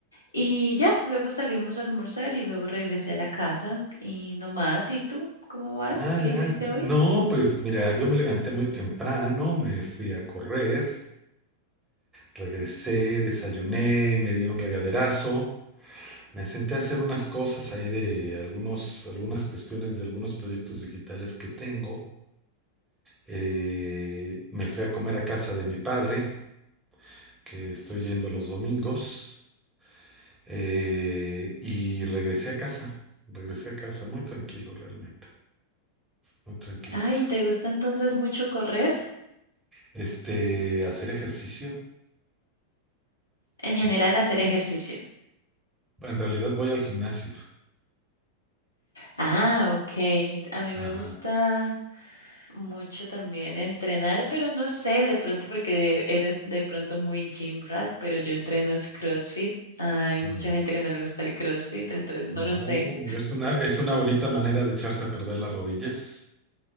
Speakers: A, on the left; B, on the right.
A: y ya, luego salimos a almorzar y luego regresé a la casa y no más, ¿y tú? ¿Cómo vas?
B: Ah,
A: ¿Qué
B: ya.
A: hiciste
B: No,
A: hoy?
B: pues mira, yo me levanté muy temprano, me fui a correr, regresé, desayuné, me di un regaderazo. Me senté a hacer unas cosas ahí de algunos, algunas cuestiones de algunos proyectos digitales que tengo. Eh, me fui a comer a casa de mi padre, que estoy yendo los domingos, eh, y regresé a casa. Regresé a casa muy tranquilo realmente, muy tranquilo.
A: Ay, ¿te gusta entonces mucho correr?
B: Este, hacer ejercicio.
A: En general,
B: es-
A: hacer ejercicio.
B: en realidad voy al gimnasio.
A: Ah, ok. A mí
B: Ajá.
A: me gusta mucho también entrenar, pero no sé, de pronto porque eres de pronto muy gym rat, pero yo entreno es CrossFit. Hay mucha
B: Ujú.
A: gente que no le gusta el CrossFit, entonces no
B: No,
A: lo sé.
B: es una, es una bonita manera de echarse a perder las rodillas.